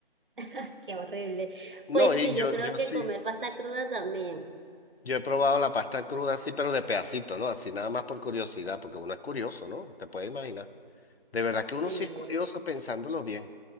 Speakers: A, on the right; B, on the left.
A: <laughs> Qué horrible.
B: No,
A: Pues
B: y
A: sí,
B: yo,
A: yo creo
B: yo
A: que
B: sí.
A: comer pasta cruda también.
B: Yo he probado la pasta cruda así, pero de pedacito, ¿no? Así nada más por curiosidad, porque uno es curioso, ¿no? Te puedes imaginar. De verdad que uno
A: Sí.
B: sí es curioso pensándolo bien.